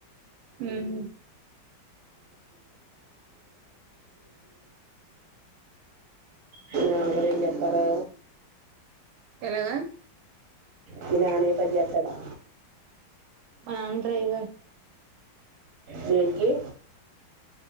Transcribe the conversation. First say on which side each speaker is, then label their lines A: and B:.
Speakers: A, on the right; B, on the right.
A: ఉహు
B: <unintelligible> ఏం చెత్తారు
A: ఎలాగా
B: వినాని పది అత్తది
A: మా ఆయన్ డ్రైవర్
B: దేనికి